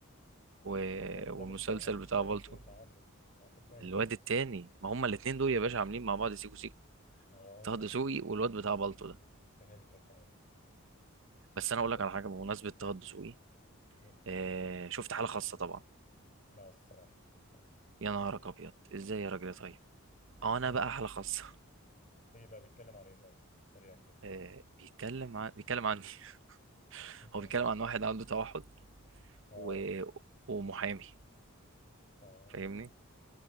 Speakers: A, on the right; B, on the left.
A: و...
B: بس ده ده
A: والمسلسل
B: مش طه مش
A: بتاع
B: طه
A: بالطو
B: الدسوقي اللي عامله ده واحد تاني
A: الواد
B: صح؟
A: التاني ما هما الاتنين دول يا باشا عاملين مع بعض سيكو سيكو
B: اه
A: طه دسوقي والواد بتاع بالطو ده
B: فهمتك ايوه
A: بس انا اقول
B: طب
A: لك على حاجة بمناسبة طه دسوقي
B: قول لي
A: آه شفت حالة خاصة طبعا
B: لا الصراحة للأسف
A: يا نهارك ابيض ازاي يا راجل يا طيب اه انا
B: انا
A: بقى
B: شفت
A: حالة خاصة
B: ايه بقى بيتكلم عن ايه طيب سريع كده
A: آه بيتكلم عن بيتكلم عني <laughs>
B: <laughs> طب
A: هو بيتكلم عن واحد عنده توحد
B: اه
A: و... ومحامي
B: اه
A: فاهمني